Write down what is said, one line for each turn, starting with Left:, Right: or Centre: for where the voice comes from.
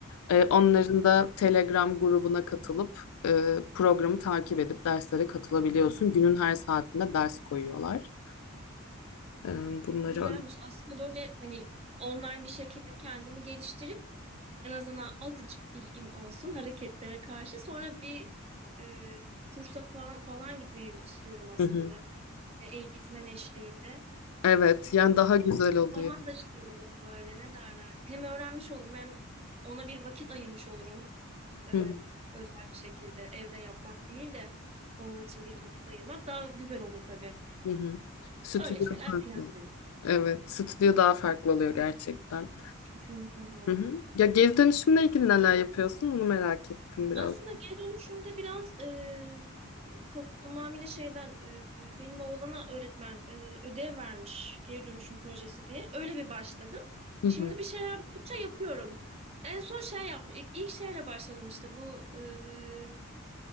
Left: Ee, onların da Telegram grubuna katılıp e, programı takip edip derslere katılabiliyorsun. Günün her saatinde ders koyuyorlar. Ee, Bunları
Right: Güzelmiş. Aslında böyle hani online bir şekilde kendimi geliştirip en azından azıcık bilgim olsun hareketlere karşı. Sonra bir e, kursa falan falan gitmeyi istiyorum aslında.
Left: Hı hı.
Right: E, Eğitmen eşliğinde.
Left: Evet, yani daha güzel oluyor.
Right: Zaman da şey olur böyle ne derler. Hem öğrenmiş olurum hem ona bir vakit ayırmış olurum. Ee,
Left: Hı hı.
Right: özel bir şekilde evde yapmak değil de onun için bir vakit ayırmak daha güzel olur tabii.
Left: Hı hı. Stüdyo
Right: Öyle şeyler
Left: farklı.
Right: planlıyorum.
Left: Evet, stüdyo daha farklı oluyor gerçekten.
Right: Kesinlikle doğru.
Left: Hı hı. Ya geri dönüşümle ilgili neler yapıyorsun? Onu merak ettim biraz.
Right: Aslında geri dönüşümde biraz e, tamamıyla şeyden e, benim oğlana öğretmen e, ödev vermiş geri dönüşüm projesi diye. Öyle bir başladım.
Left: Hı
Right: Şimdi
Left: hı.
Right: bir şeyler buldukça yapıyorum. En son şey yaptım. İlk, ilk şeyle başladım işte bu e,